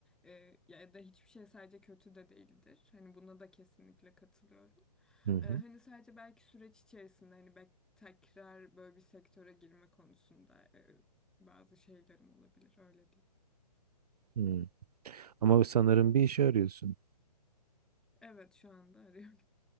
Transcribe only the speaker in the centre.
e, ya da hiçbir şey sadece kötü de değildir. Hani buna da kesinlikle katılıyorum.
E, hani sadece belki süreç içerisinde hani belki tekrar böyle bir sektöre girme konusunda e, bazı şeylerim olabilir öyle diyeyim.
Evet şu anda arıyorum.